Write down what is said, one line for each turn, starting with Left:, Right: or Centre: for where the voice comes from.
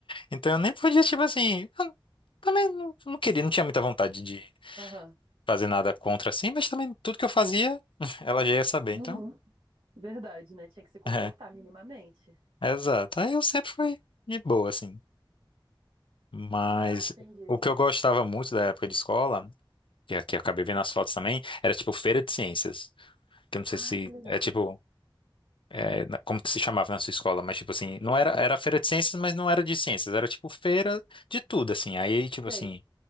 Left: Então eu nem podia, tipo assim, eu também não, não queria, não tinha muita vontade de
Right: Aham.
Left: fazer nada contra assim, mas também tudo que eu fazia, <laughs> ela já ia saber,
Right: Uhum.
Left: então.
Right: Verdade, né? Tinha que se comportar
Left: <laughs>
Right: minimamente.
Left: É, exato. Aí eu sempre fui de boa, assim. Mas
Right: Ah, entendi.
Left: o que eu gostava muito da época de escola, que aqui eu acabei vendo as fotos também, era tipo feira de ciências. Que eu não sei
Right: Ah,
Left: se
Right: que legal.
Left: é tipo. é, na- como que se chamava na sua escola, mas tipo assim, não era, era feira de ciências, mas não era de ciências, era tipo feira de tudo, assim. Aí, tipo assim,
Right: Sei.